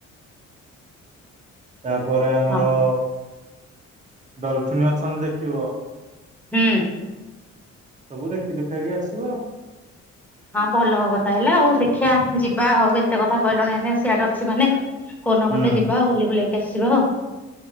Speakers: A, on the right; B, in the centre.
A: <inaudible> ତାପରେ ଆମର
B: ହଁ
A: ଡଲଫିନ୍ ଅଛନ୍ତି ଦେଖିବ।
B: ହୁଁ।
A: ସବୁ ଦେଖି ଦୁଖାକି ଆସିବ।
B: ହଁ ଭଲ ହବ ତାହେଲେ ଆଉ ଦେଖିଆ ଯିବା। ଆଉ ଏତେ କଥା କହିଲଣି ମାନେ ସିଆଡେ ଅଛି ମାନେ। କୋନୋଗୋଟେ
A: ଆଉ।
B: ଯିବା ଆ ବୁଲିବୁଲାକି ଆସି ଯିବା ଆଉ